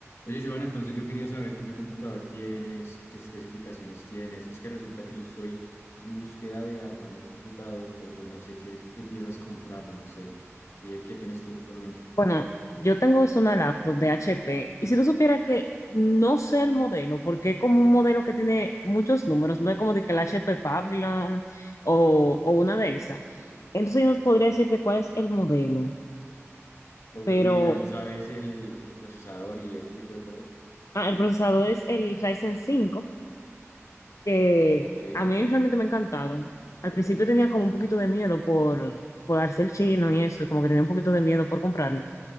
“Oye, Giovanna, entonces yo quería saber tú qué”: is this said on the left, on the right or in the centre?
Left